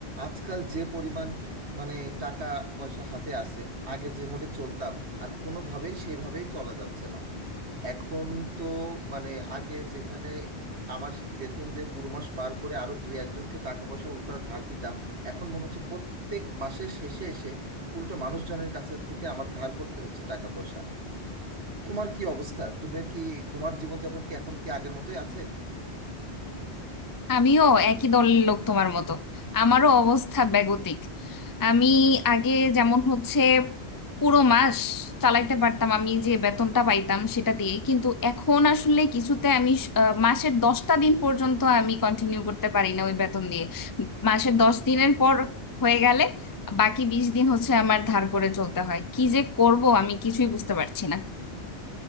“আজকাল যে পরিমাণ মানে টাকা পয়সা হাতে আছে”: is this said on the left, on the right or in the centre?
Right